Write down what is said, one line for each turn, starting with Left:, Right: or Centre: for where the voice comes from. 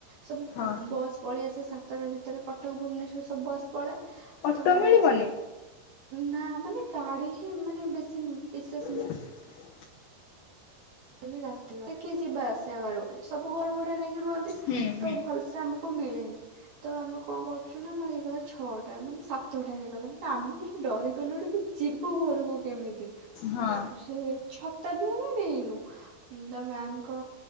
Right: ସବୁ
Left: ହଁ
Right: ବସ୍ ପଳେଇ ଆସେ ସାତଟା ଭିତରେ କଟକ ଭୁବନେଶ୍ୱର ସବୁ ବସ୍ ତଳେ
Left: ଅଟୋ
Right: ତ
Left: ମିଳିବନି
Right: ସେ ନା ମାନେ ଗାଡି ହିଁ ମାନେ ବେଶୀ ବିଶେଷ
Left: <inaudible>
Right: ମାନେ ରାତିଟାରେ କିଏ ଯିବା ଆସିବା କରିବ ସବୁ ଘର ଭଡା ନେଇକି ରୁହନ୍ତି
Left: ହୁଁ ହୁଁ
Right: ତ ଭଲସେ ଆମକୁ ମିଳେନି ତ ଆମେ କଣ କରୁଚୁ ନା ଆମର ହେଇଗଲା ଛଅଟା ମାନେ ସାତଟା ହେଇଗଲା ମାନେ ଆମେ ପୁ ଡରିଗଲୁଣି କି ଯିବୁ ଘରକୁ କେମିତି?
Left: ହଁ
Right: ତାପରେ ସେ ଛତା ବି ଆମେ ନେଇନୁ। ତ ମ୍ୟାମଙ୍କ